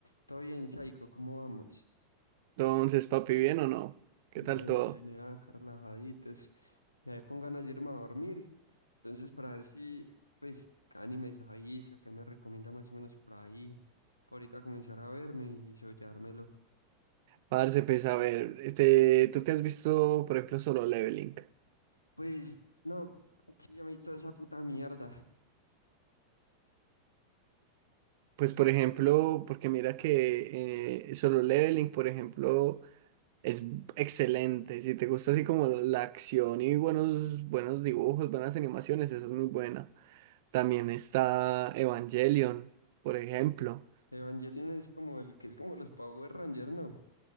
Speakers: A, on the left; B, on the right.
A: Todo bien, Saiko, ¿cómo vamos?
B: Entonces, papi, ¿bien o no? ¿Qué
A: Bien,
B: tal todo?
A: bien, eh, acá relajaditos. Ya con ganas de irme a dormir. Entonces, para ver si, pues, qué animes aviso, qué me recomienda más o menos por ahí. Por ahorita comenzar a verme y soñármelo.
B: Parce, pues a ver, este, tú te has visto, por ejemplo, Solo Leveling.
A: Pues, no, sí, ya me vi toda esa puta mierda.
B: Pues, por ejemplo, porque mira que eh, Solo Leveling, por ejemplo, es excelente. Si te gusta así como la acción y buenos, buenos dibujos, buenas animaciones, esa es muy buena. También está Evangelion, por ejemplo.
A: Evangelion es como el que es como los Power Rangers, ¿no?